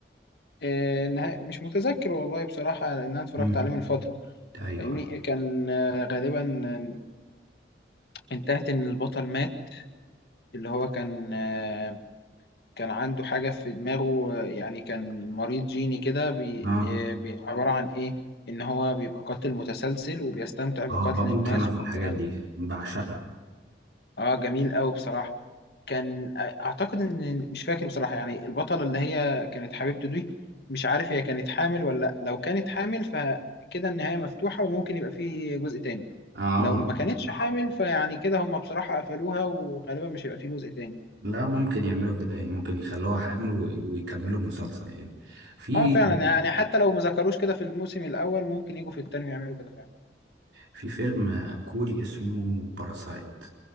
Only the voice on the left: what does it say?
آه النهاية مش متذكر والله بصراحة لان انا اتفرجت
عليه من فترة
فاهمني كان آه غالبا آه، انتهت ان البطل مات اللي هو كان آه، كان عنده حاجة في دماغه آه، يعني كان مريض جيني كده بي...
آه، بي... عبارة عن إيه؟ إن هو بيبقى قاتل متسلسل وبيستمتع بقتل
الناس
وبتاع
آه جميل أوي بصراحة كان آه، أعتقد إن مش فاكر بصراحة يعني البطلة اللي هي كانت حبيبته دي مش عارف هي كانت حامل ولا لأ لو كانت حامل فكده النهاية مفتوحة وممكن يبقى فيه جزء تاني
لو ما كانتش حامل فيعني كده هم بصراحة قفلوها وغالبا مش هيبقى فيه جزء تاني
اه فعلا يعني حتى لو ما ذكروش كده في الموسم الاول ممكن يجوا في التاني ويعملوا كده فعلا